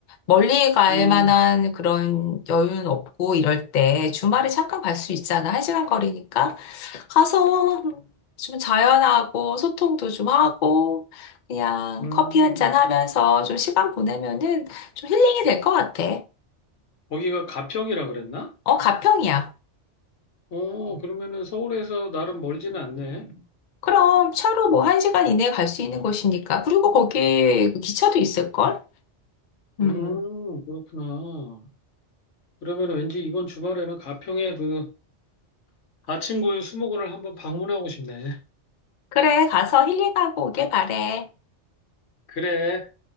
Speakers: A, on the left (about 55°); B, on the left (about 80°).
A: 멀리 갈
B: 음,
A: 만한 그런 여유는 없고 이럴 때 주말에 잠깐 갈 수 있잖아. 한 시간 거리니까. 가서 좀 자연하고 소통도 좀 하고 그냥
B: 음.
A: 커피 한 잔 하면서 좀 시간 보내면은 좀 힐링이 될 것 같아.
B: 거기가 가평이라 그랬나?
A: 어, 가평이야.
B: 오, 그러면은 서울에서 나름 멀지는 않네.
A: 그럼 차로 뭐 한 시간 이내에 갈 수 있는 곳이니까. 그리고 거기 기차도 있을걸? 음.
B: 음, 그렇구나. 그러면 왠지 이번 주말에는 가평의 그 아침고요 수목원을 한번 방문하고 싶네.
A: 그래, 가서 힐링하고 오길 바래.
B: 그래.